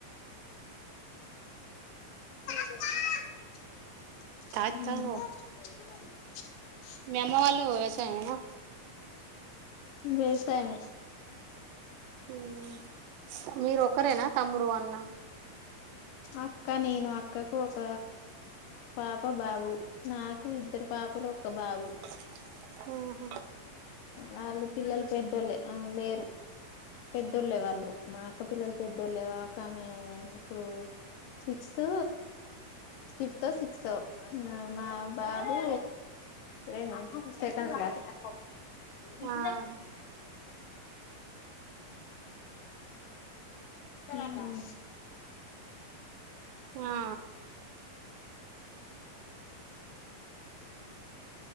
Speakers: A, on the left (about 80°); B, on the right (about 90°).
A: మ్మ్
B: తాత్ తావో మీ అమ్మ వాళ్ళు వ్యవసాయమేనా
A: వ్యవసాయమే
B: మ్మ్ మీరు ఒకరేనా తమ్ముడు అన్న
A: అక్క నేను అక్కకు ఒక పాప బాబు నాకు ఇద్దరు పా మధ్య లో ఒక బాబు
B: ఆ
A: వాళ్ళ పిల్లలు పెద్దోళ్లే ఆ లేరు పెద్దోళ్లే వాళ్ళు మా అక్క పిల్లల్ పెద్దోళ్లే వో ఒకామె ఇప్పుడు సిక్స్త్ ఫిఫ్త్ తో సిక్స్త్ తొ ఆ మా బాబు రెండు సెకండ్ క్లాస్ వినిపించాల
B: ఆహా
A: అవున
B: ఆ ఆ